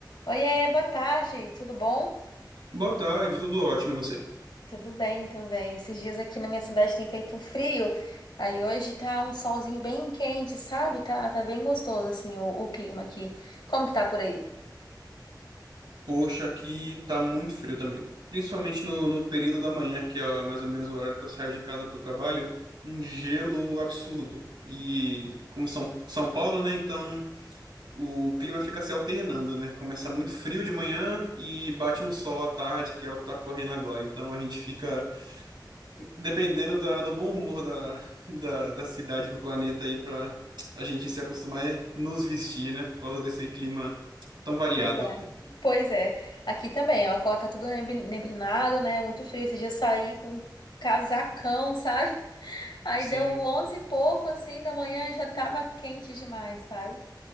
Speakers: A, on the left (about 75°); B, on the right (about 75°).
A: Oiê, boa tarde, tudo bom?
B: Boa tarde, tudo ótimo e você?
A: Tudo bem também. Esses dias aqui na minha cidade tem feito um frio, aí hoje tá um solzinho bem quente, sabe? Tá, tá bem gostoso, assim, o, o clima aqui. Como que tá por aí?
B: Poxa, aqui tá muito frio também. Principalmente no, no período da manhã, que é mais ou menos o horário que eu saio de casa pro trabalho, um gelo absurdo. E como São, São Paulo, né? Então o clima fica se alternando, né? Começa muito frio de manhã e bate um sol à tarde, que é o que tá correndo agora. Então a gente fica dependendo da- do bom humor da, da, da cidade, do planeta aí, pra a gente se acostumar a nos vestir, né? Por causa desse clima tão variado.
A: Pois é. Pois é. Aqui também, ó, tá tudo nebi- neblinado, né? Muito frio. Esse dia eu saí com um casacão, <laughs> sabe? Aí
B: Sim.
A: deu um 11 e pouco, assim, da manhã e já tava quente demais, sabe?